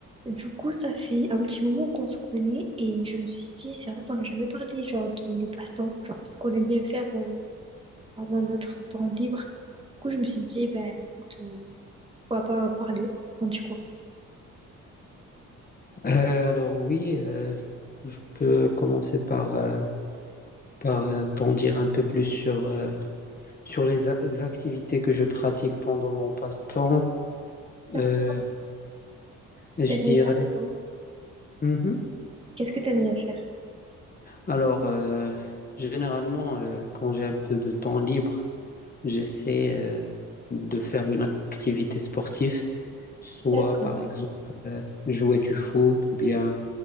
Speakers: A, on the right; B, on the left.
A: Du coup, ça fait un petit moment qu'on se connaît et je me suis dit, c'est vrai qu'on n'a jamais parlé genre de nos passe-temps, genre ce qu'on aime bien faire euh, pendant notre temps libre. Du coup, je me suis dit, eh ben écoute, euh, pourquoi pas en parler. Enfin, du coup,
B: Euh, alors oui, euh, je peux commencer par, euh, par euh, t'en dire un peu plus sur, euh, sur les, a- les activités que je pratique pendant mon passe-temps.
A: d'accord.
B: Euh, je
A: t'aimes bien
B: dirais...
A: faire quoi?
B: Mhm.
A: Qu'est-ce que t'aimes bien faire?
B: Alors, euh, généralement, euh, quand j'ai un peu de temps libre, j'essaie euh, de faire une activité sportive, soit
A: D'accord.
B: par exemple euh, jouer du foot ou bien